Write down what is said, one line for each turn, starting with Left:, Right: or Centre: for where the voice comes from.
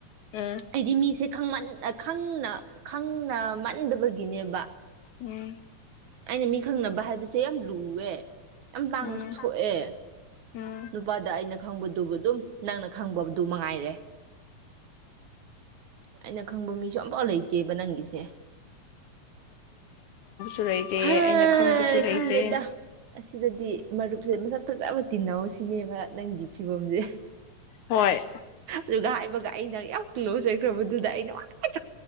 Left: ꯑꯥ
Right: ꯑꯩꯗꯤ ꯃꯤꯁꯦ ꯈ ꯈꯪꯅ ꯈꯪꯅ ꯃꯟꯗꯕꯒꯤꯅꯦꯕ
Left: ꯎꯝ
Right: ꯑꯩꯅ ꯃꯤ ꯈꯪꯅꯕ ꯍꯥꯏꯕꯁꯦ ꯌꯥꯝ ꯂꯨꯑꯦ ꯌꯥꯝ ꯇꯥꯡꯅꯁꯨ
Left: ꯎꯝ
Right: ꯊꯣꯛꯑꯦ
Left: ꯎꯝ
Right: ꯅꯨꯄꯥꯗ ꯑꯩꯅ ꯈꯪꯕꯗꯨꯕꯨ ꯑꯗꯨꯝ ꯅꯪꯅ ꯈꯪꯕꯗꯨ ꯃꯉꯥꯏꯔꯦ ꯑꯩꯅ ꯈꯪꯕ ꯃꯤꯁꯨ ꯑꯝꯐꯥꯎ ꯂꯩꯇꯦꯕ ꯅꯪꯒꯤꯁꯦ
Left: ꯨ ꯂꯩꯇꯦ
Right: ꯍꯩ
Left: ꯑꯩꯅ ꯈꯪꯕꯁꯨ ꯂꯩꯇꯦ
Right: ꯈꯪꯗꯦꯗ ꯑꯁꯤꯗꯗꯤ ꯃꯔꯨꯞꯁꯦ ꯃꯁꯛ ꯐꯖꯕ ꯇꯤꯟꯅꯧ ꯁꯤꯅꯦꯕ ꯅꯪꯒꯤ ꯐꯤꯕꯝꯁꯦ
Left: ꯍꯣꯏ
Right: ꯑꯗꯨꯒ ꯍꯥꯏꯕꯒ ꯑꯩꯅ ꯌꯥꯝ ꯀ꯭ꯂꯣꯖ ꯑꯣꯏꯈ꯭ꯔꯕꯗꯨꯗ ꯑꯩꯅ ꯋꯥ ꯆ